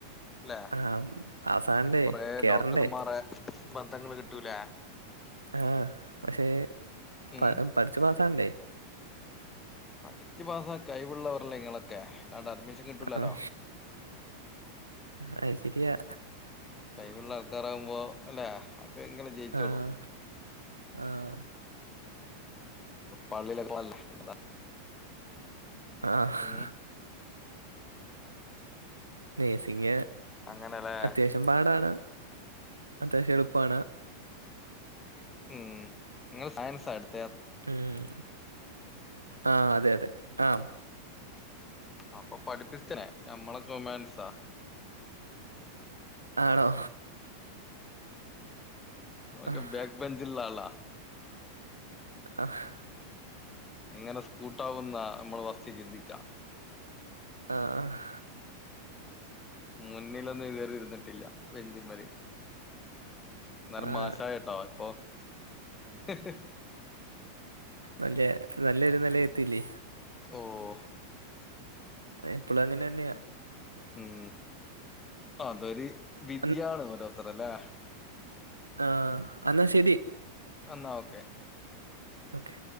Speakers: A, on the left (about 15°); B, on the right (about 80°).
A: അല്ലെ
B: ആഹ് പാസ്സാകണ്ടേ
A: കൊറേ
B: കേറണ്ടേ
A: ഡോക്ടർമാരെ ബന്ധങ്ങള്ൾ കിട്ടൂലേ
B: ആഹ് പക്ഷേ
A: ഉം
B: പ പഠിച്ചു പാസാണ്ടേ
A: പഠിച്ചു പാസാ കൈവിള്ളവർല്ലേ നിങ്ങളൊക്കെ അല്ലാണ്ട അഡ്മിഷൻ കിട്ടുലല്ലോ
B: ആഹ് അത് ശരിയാ
A: കൈവുള്ള ആൾക്കാരാകുമ്പോ അല്ലെ ഇങ്ങനെ ജയിച്ചോളൂ
B: ആഹ് ആഹ്
A: പള്ളിയിലൊക്കെല്ലേ അതാ
B: ആഹ്
A: ഉം
B: നഴ്സിങ്
A: അങ്ങനെല്ലേ
B: അത്യാവശ്യം പാടാണ് അത്യാവശ്യം എളുപ്പാണ്
A: ഉം നിങ്ങള് സയൻസാ എടു
B: ഉം ആ അതെ അതെ ആഹ്
A: അപ്പൊ പഠിപ്പിസ്റ്റനെ ഞമ്മളൊക്ക ഹ്യുമാനിറ്റീസാ
B: ആണോ
A: ഒക്കെ
B: ആഹ്.
A: ബാക്ക് ബെൻജിൽ ഉള്ള ആളാ
B: ആഹ്
A: എങ്ങനെ സ്കൂട്ടാവുന്ന നമ്മൾ ഫസ്റ്റ് ചിന്തിക്കാ
B: ആഹ് ആഹ്
A: മുന്നിലൊന്നും കോറി ഇരുന്നിട്ടില്ല ബെഞ്ചുമ്മെല് എന്നാലും
B: ആഹ്.
A: മാഷായിട്ടോ ഇപ്പൊ ഫോൺ ഹ്ഹ്
B: നല്ലേ നല്ലൊരു നില എത്തില്ലേ
A: ഓഹ്
B: എപ്പളും അങ്ങനന്നെയാ
A: ഉം അതൊരു വിധിയാണ്
B: അൻ
A: ഓരോരുത്തർഡേ അല്ലേ
B: ആഹ് അന്നാ ശരി
A: എന്നാ ഓക്കെ
B: ഓക്കെ